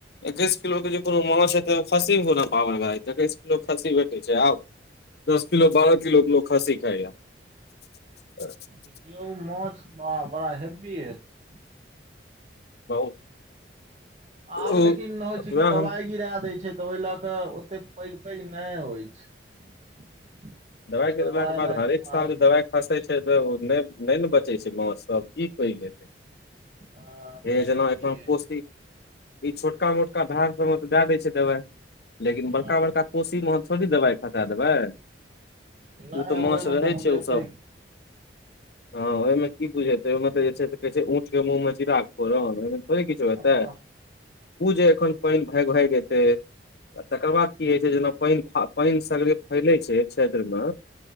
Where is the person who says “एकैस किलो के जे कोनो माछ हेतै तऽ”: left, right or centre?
Left